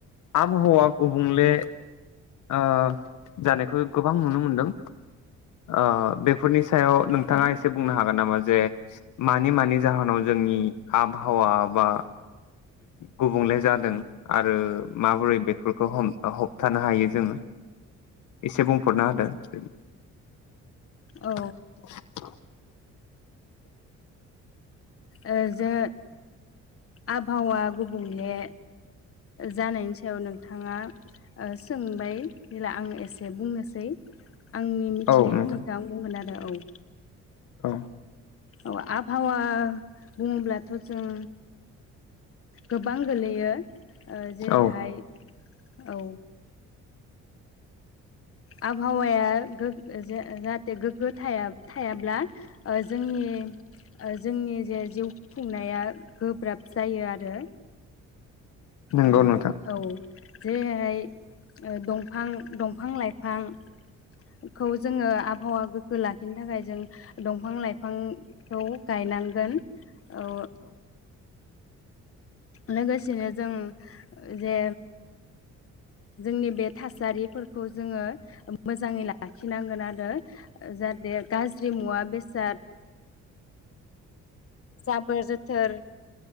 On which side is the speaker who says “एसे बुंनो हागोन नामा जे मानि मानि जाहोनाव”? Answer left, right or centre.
Left